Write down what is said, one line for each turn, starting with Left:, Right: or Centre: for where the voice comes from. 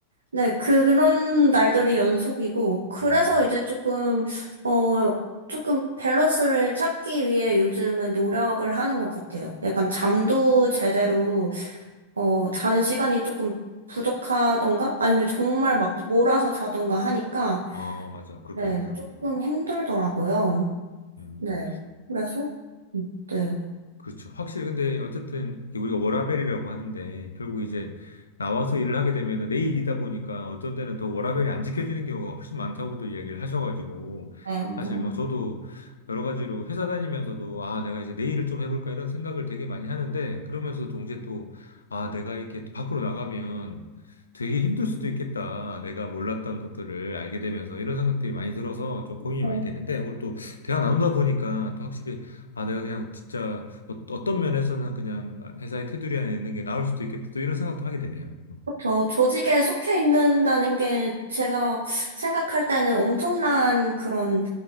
Right: 네, 그런 날들이 연속이고, 그래서
Left: 음,
Right: 이제 조금, 어, 조금 밸런스를 찾기 위해 요즘은 노력을 하는 것 같아요. 약간 잠도 제대로, 어, 자는 시간이 조금 부족하던가? 아니면 정말 막 몰아서 자던가 하니까,
Left: 아, 맞아. 그렇게
Right: 네,
Left: 되더라고요.
Right: 조금
Left: 네.
Right: 힘들더라고요.
Left: 음.
Right: 네, 그래서, 음, 네,
Left: 그렇죠. 확실히 근데 어쨌든 우리가 워라밸이라고 하는데 결국 이제 나와서 일을 하게 되면은 내 일이다 보니까 어떤 때는 더 워라밸이 안 지켜지는 경우가 훨씬 많다고도 이야기를 하셔가지고
Right: 네, 뭐,
Left: 사실 뭐 저도 여러 가지로 회사 다니면서도 아 내가 이제 내 일을 좀 해볼까 이런 생각을 되게 많이 하는데 그러면서 동시에 또 아 내가 이렇게 또 밖으로 나가면 되게 힘들 수도 있겠다. 내가 몰랐던 것들을 알게 되면서 이런 생각들이 많이 들어서 좀 고민이
Right: 어,
Left: 많이 되는데 오늘 또 대화 나누다 보니까 또 확실히 아 내가 그냥 진짜 어- 어떤 면에서는 그냥 회사의 테두리 안에 있는 게 나을 수도 있겠다. 또 이런 생각도 하게 되네요. 음.
Right: 저 조직에 속해 있는다는 게 제가 생각할 때는 엄청난 그런